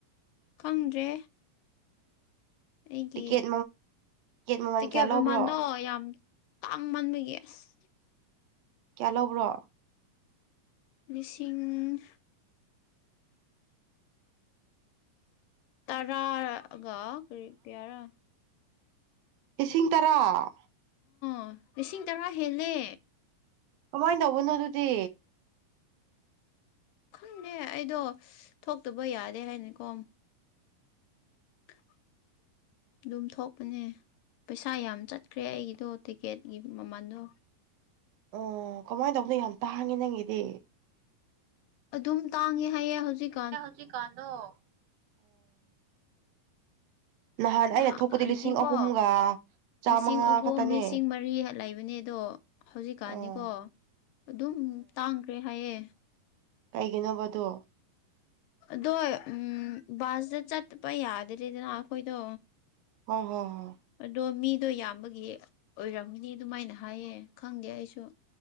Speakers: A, on the left; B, on the right.
A: ꯈꯪꯗ꯭ꯔꯦ ꯑꯩꯒꯤ
B: ꯇꯤꯀꯦꯠ ꯃꯃꯜ
A: ꯇꯤꯀꯦꯠ
B: ꯀꯌꯥ
A: ꯃꯃꯜꯗꯣ
B: ꯂꯧꯕ꯭ꯔꯣ
A: ꯌꯥꯝ ꯇꯥꯡꯃꯟꯕꯒꯤ ꯑꯁ
B: ꯀꯥꯌ ꯂꯧꯕ꯭ꯔꯣ
A: ꯂꯤꯁꯤꯡ ꯇꯔꯥꯒ ꯀꯔꯤ ꯀ꯭ꯌꯥꯔ
B: ꯂꯤꯁꯤꯡ ꯇꯥꯔ
A: ꯑꯣ ꯂꯤꯁꯤꯡ ꯇꯥꯔ ꯍꯦꯜꯂꯦ
B: ꯀꯃꯥꯏꯅ ꯇꯧꯕꯅꯣ ꯑꯗꯨꯗꯤ
A: ꯈꯪꯗꯦ ꯑꯩꯗꯣ ꯊꯣꯛꯇꯕ ꯌꯥꯗꯦ ꯍꯥꯏꯅꯀꯣ <inaudible> ꯗꯨꯝ ꯊꯣꯛꯄꯅꯦ ꯄꯩꯁꯥ ꯌꯥꯝ ꯆꯠꯈ꯭ꯔꯦ ꯑꯩꯒꯤꯗꯣ ꯇꯤꯛꯀꯦꯠꯀꯤ ꯃꯃꯟꯗꯣ
B: ꯑꯣ ꯀꯃꯥꯏꯅ ꯇꯧꯕꯅꯣ ꯌꯥꯝ ꯇꯥꯡꯉꯦ ꯅꯪꯒꯤꯗꯤ
A: ꯑꯗꯨꯝ ꯇꯥꯡꯉꯦ ꯍꯥꯏꯌꯦ ꯍꯧꯖꯤꯛ
B: ꯍꯧꯖꯤꯛ ꯀꯥꯟꯗꯣ ꯑꯣ ꯅꯍꯥꯟ
A: ꯉꯍꯥꯟꯗꯤꯀꯣ
B: ꯑꯩꯅ ꯊꯣꯛꯄꯗꯤ ꯂꯤꯁꯤꯡ ꯑꯍꯨꯝꯒ ꯆꯥꯃꯉꯥ
A: ꯂꯤꯁꯤꯡ ꯑꯍꯨꯝ
B: ꯈꯛꯇꯅꯦ
A: ꯂꯤꯁꯤꯡ ꯃꯔꯤ ꯂꯩꯕꯅꯦ ꯑꯗꯣ ꯍꯧꯖꯤꯛꯀꯥꯟꯗꯤꯀꯣ
B: ꯎꯝ
A: ꯑꯗꯨꯝ ꯇꯥꯡꯈ꯭ꯔꯦ ꯍꯥꯏꯌꯦ
B: ꯀꯩꯒꯤꯅꯣꯕ ꯑꯗꯨ
A: ꯑꯗꯣ ꯎꯝ ꯕꯥꯁꯇ ꯆꯠꯄ ꯌꯥꯗ꯭ꯔꯦꯗꯅ ꯑꯈꯣꯏꯗꯣ
B: ꯍꯣ ꯍꯣ ꯍꯣ
A: ꯑꯗꯣ ꯃꯤꯗꯣ ꯌꯥꯝꯕꯒꯤ ꯑꯣꯏꯔꯝꯅꯤ ꯑꯗꯨꯃꯥꯏꯅ ꯍꯥꯏꯌꯦ ꯈꯪꯗꯦ ꯑꯩꯁꯨ